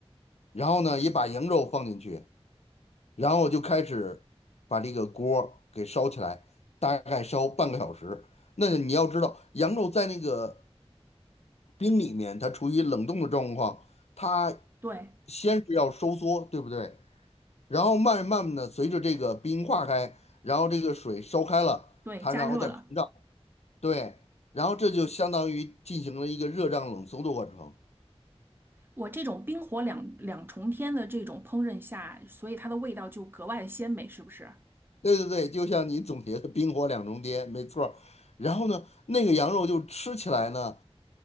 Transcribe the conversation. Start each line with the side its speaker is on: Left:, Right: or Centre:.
Left: 然后呢，也把羊肉放进去，然后就开始把这个锅儿给烧起来，大概烧半个小时。那你要知道，羊肉在那个冰里面，它处于冷冻的状况，它
Right: 对
Left: 先是要收缩，对不对？然后慢慢的随着这个冰化开，然后这个水烧开了，
Right: 对，
Left: 它然后再膨胀，
Right: 加热了。
Left: 对，然后这就相当于进行了一个热胀冷缩的过程。
Right: 我这种冰火两两重天的这种烹饪下，所以它的味道就格外的鲜美，是不是？
Left: 对对对，就像你总结的“冰火两重天”，没错儿然后呢，那个羊肉就吃起来呢，